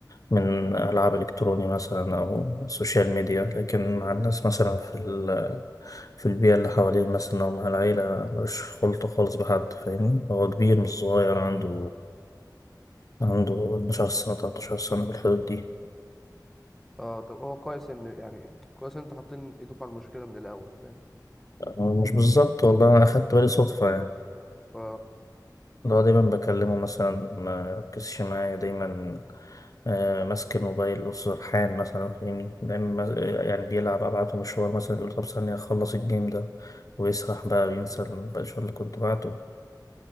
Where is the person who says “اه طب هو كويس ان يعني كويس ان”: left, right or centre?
Centre